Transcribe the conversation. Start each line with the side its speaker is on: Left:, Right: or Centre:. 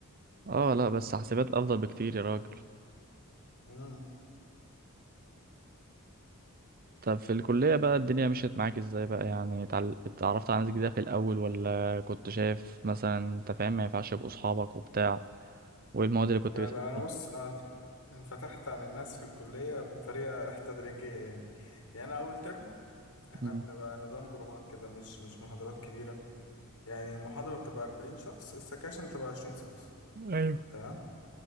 Right: اه لا بس حاسبات افضل بكتير يا راجل
Left: امم
Right: طب في الكلية بقى الدنيا مشيت معاك ازاي بقى يعني اتعل- اتعرفت على ناس جديدة في الاول ولا كنت شايف مثلا انت فاهم ما ينفعش يبقوا اصحابك وبتاع وايه المواد اللي كنت
Left: لا
Right: بتحبها
Left: لا انا بص انا انفتحت عن الناس في الكليه بطريقه <laughs> تدريجيه يعني يعني انا اول ترم احنا
Right: مم.
Left: بنبقى نظام جروبات كده مش مش محاضرات كبيره يعني المحاضرة بتبقى 40 شخص السكاشن بتبقى 20 شخص
Right: ايوه
Left: تمام